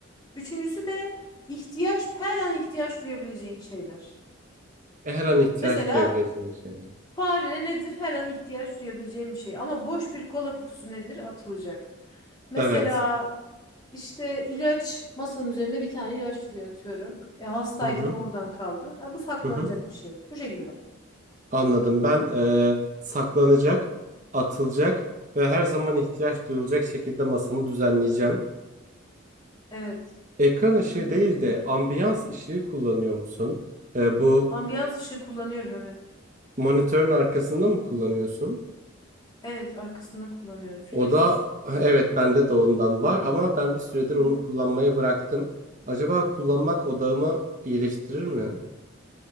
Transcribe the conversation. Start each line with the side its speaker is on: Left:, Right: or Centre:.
Left: Üçüncüsü de ihtiyaç her an ihtiyaç duyabileceğin şeyler.
Right: E, Her an ihtiyaç
Left: Mesela
Right: duyabileceğin şeyler.
Left: fare nedir? Her an ihtiyaç duyabileceğin bir şey. Ama boş bir kola kutusu nedir? Atılacak. Mesela
Right: Evet.
Left: İşte ilaç masanın üzerinde bir tane ilaç duruyor atıyorum. E, hastaydın
Right: Hı hı,
Left: oradan kaldı. Ha, bu saklanacak
Right: hı hı.
Left: bir şey. Bu şekilde.
Right: Anladım. Ben e, saklanacak, atılacak ve her zaman ihtiyaç duyulacak şekilde masamı düzenleyeceğim.
Left: Evet.
Right: Ekran ışığı
Left: Hı hı.
Right: değil de ambiyans ışığı kullanıyor musun? Ee, bu
Left: Ambiyans ışığı kullanıyorum evet.
Right: monitörün arkasında mı kullanıyorsun?
Left: Evet arkasında kullanıyorum. Philips.
Right: O da <laughs> evet bende de ondan var ama ben bir süredir onu
Left: Hı hı.
Right: kullanmayı bıraktım. Acaba kullanmak odağımı iyileştirir mi?